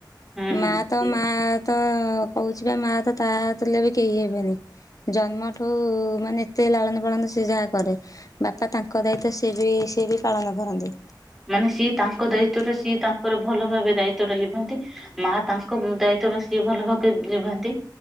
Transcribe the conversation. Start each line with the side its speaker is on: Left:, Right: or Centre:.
Centre: ହୁଁ
Left: ମା ତ
Centre: ସିଏ
Left: ମାଆ। ତ କହୁଛି ବା ମା ତା ଥେଲେ ବି କେହି ହେବେନି। ଜନ୍ମଠୁ ମାନେ ଏତେ ଲାଳନ ପାଳନ ସେ ଯାହା କରେ। ବାପା ତାଙ୍କ ଦାୟିତ୍ବ ସିଏ ବି ସିଏ ବି ପାଳନ କରନ୍ତି।
Centre: ମାନେ ସିଏ ତାଙ୍କ
Left: ହେଲା।
Centre: ଦାୟିତ୍ୱ ଟା ସିଏ ତାଙ୍କର ଭଲ ଭାବେ ଦାୟିତ୍ୱଟା ଲି ମା ତାଙ୍କ ଦାୟିତଵରେ ସିଏ ଭଲ ଭାବରେ ନିଭନ୍ତି